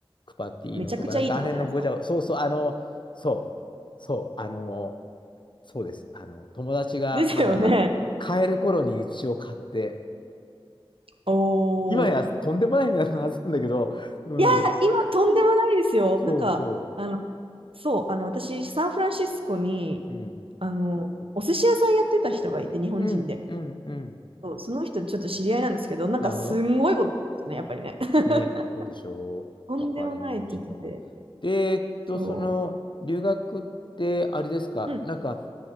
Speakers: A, on the left; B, on the right.
A: クパティーノとか、
B: めちゃくちゃいいとこじゃないですか。
A: なんかあの辺のごちゃご、そうそう、あの、そう、そう、あの、そうです。あの、友達がまだ買える頃に一応買って、
B: <laughs> ですよね。おー。
A: 今やとんでもない値段のはずなんだけど、うん、
B: いやー、今、とんでもないですよ。
A: そうそ
B: なんか、あの、そう、あの、私、サンフランシスコに、
A: う、うん、
B: あの、お寿司屋さんやってた人がいて、日本人で。
A: うん、うん、うん、
B: そう、その人、ちょっと知り合いなんですけど、なんか、
A: なるほど。
B: すんごいことですね、やっぱりね。<laughs>
A: ね、そうでしょう。
B: とんでもないって言ってて。
A: わかりました。で、えっと、
B: そう。
A: その、留学って、あれですか、
B: うん。
A: なんか、